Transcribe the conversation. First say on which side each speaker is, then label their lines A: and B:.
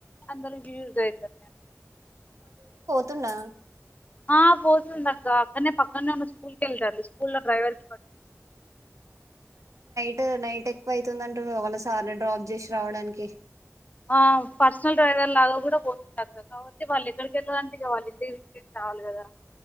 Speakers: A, on the left; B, on the right.
A: అందరికి యూస్ అయిత
B: తున్నా
A: ఆ పోతుంది అక్క అక్కనే పక్కనే ఉన్న స్కూల్ కి వెళ్తారు స్కూల్ లో డ్రైవర్ కట్టి
B: ట్ నైట్ ఎక్కువ అవుతుందింటుడు వాళ్ళ సార్ని డ్రాప్ చేసి రావడానికి
A: ఆ పర్సనల్ డ్రైవర్ లాగా కూడా పోతుండు అక్క కాబట్టి వాళ్ళు ఇద్దరికీ వెళ్ళడానికి వాళ్ళి ఇంటికి వెళ్లి రావాలి కదా